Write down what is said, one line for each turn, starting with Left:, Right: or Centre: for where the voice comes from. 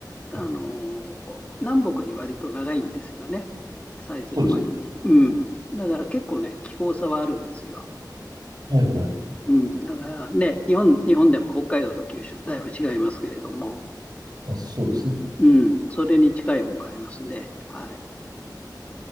Left: あの、
Right: い。
Left: 南北に割と長いんですよね。サイズの割に。
Right: そうですね。
Left: うん。だから結構ね、気候差はあるんですよ。
Right: はいはい。
Left: うん。だからね、日本、日本でも北海道と九州、だいぶ違いますけれども、
Right: あ、そうですね。
Left: うん。それに近いものがありますね。はい。